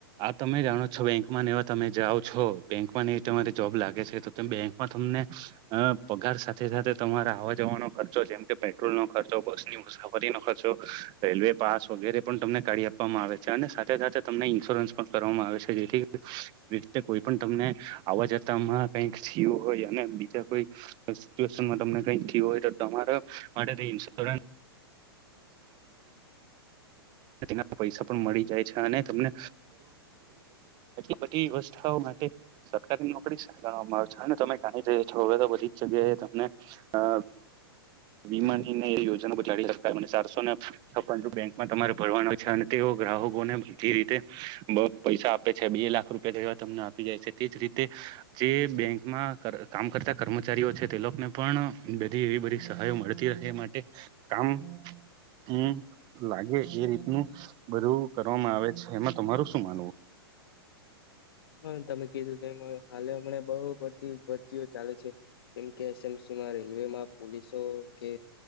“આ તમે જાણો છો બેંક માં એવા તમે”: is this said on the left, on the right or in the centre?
Right